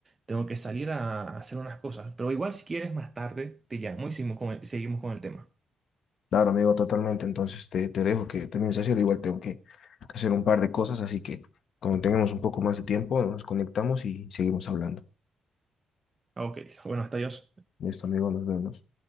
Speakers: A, on the right; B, on the left.
A: tengo que salir a hacer unas cosas. Pero igual si quieres más tarde te llamo y seguimos con el, seguimos con el tema.
B: Claro, amigo, totalmente. Entonces te, te dejo que termines de hacer. Igual tengo que hacer un par de cosas, así que cuando tengamos un poco más de tiempo, nos conectamos y seguimos hablando.
A: Ok, listo. Bueno, hasta adiós.
B: Listo, amigo, nos vemos.